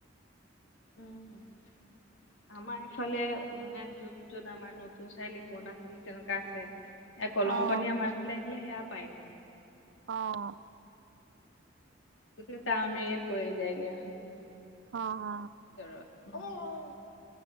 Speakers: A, on the left; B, on the right.
A: উম আমাৰ এইফালে মানে য'ত য'ত আমাৰ নতুন চাৰিআলি পুৰণ চাৰিআলি তেনেকোৱা আছে এ কলঙৰ
B: অঁ
A: পানী আমাৰফালে আহিলে সেয়া পায়গৈ
B: অ
A: সেইটোকাৰণেই পৰি যায়গে
B: অ অ
A: ভিতৰত অ অ